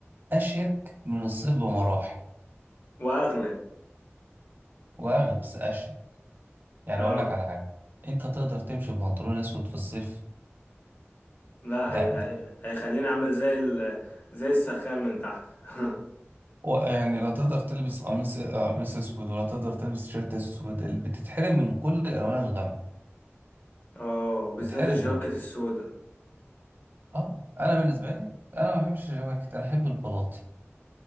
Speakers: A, on the right; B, on the left.
A: اشيك من الصيف بمراحل
B: وأغلى
A: واغلب بس اشيك يعني
B: اه
A: اقول لك على حاجه انت تقدر تمشي ببنطلون اسود في الصيف
B: لا
A: ده
B: هي هي هيخليني عامل زي ال زي السخان من تحت <laughs>
A: و- يعني لا تقدر تلبس قميص قميص اسود ولا تقدر تلبس تيشيرت اسود اللي بتتحرم من كل الالوان الغامقه
B: اه وبالذات
A: بتتحرم
B: الجاكيت
A: منها
B: السودا
A: اه انا بالنسبه لي انا ما بحبش الجواكت انا احب البلاطي